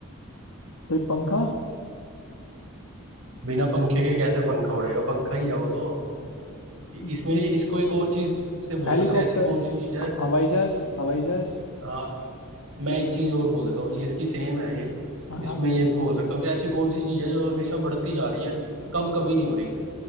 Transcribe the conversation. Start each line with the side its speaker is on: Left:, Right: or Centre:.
Left: भाई पंखा
Right: बिना पंखे के कैसे पंखा उड़ेगा पंखा ही है वो तो इ-
Left: <laughs>
Right: इसमें इसको एक और चीज से बोल
Left: हेलीकॉप्टर
Right: सकते हैं ऐसी कौन सी चीज है
Left: ह- हवाई जहाज हवाई जहाज
Right: हाँ मैं एक चीज और बोल देता हूँ ये इसकी सेम है ये
Left: हाँ
Right: इसमें
Left: हाँ,
Right: ये भी बोल सकता हूँ कि ऐसी कौन सी चीज है जो हमेशा बढ़ती जा रही है कम कभी नहीं हो रही